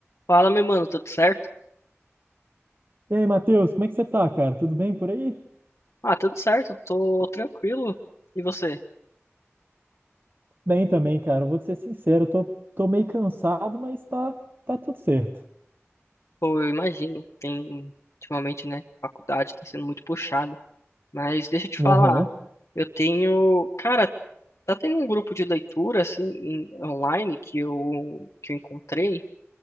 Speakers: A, on the left; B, on the right.
A: Fala, meu mano, tudo certo?
B: E aí, Matheus, como é que você tá, cara? Tudo bem por aí?
A: Ah, tudo certo, tô tranquilo. E você?
B: Bem também, cara. Vou te ser sincero, eu tô, tô meio cansado, mas tá, tá tudo certo.
A: Pô, eu imagino, tem ultimamente, né, faculdade tá sendo muito puxado. Mas deixa eu te falar,
B: Aham,
A: eu tenho, cara, tá tendo um grupo de leitura assim em- online que eu que eu encontrei